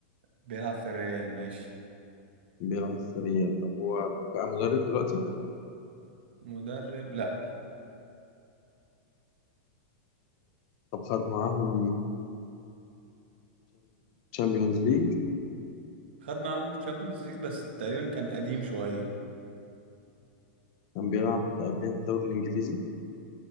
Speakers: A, on the right; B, on the left.
A: بيلعب في الريال ماشي
B: بيلعب في ريال طب هو بقى مدرب دلوقتي
A: مدرب لا
B: طب خد معاهم تشامبيونز ليج
A: خد معاهم تشامبيونز ليج بس تقريبا كان قديم شوية
B: كان بيلعب قبلها في الدوري الإنجليزي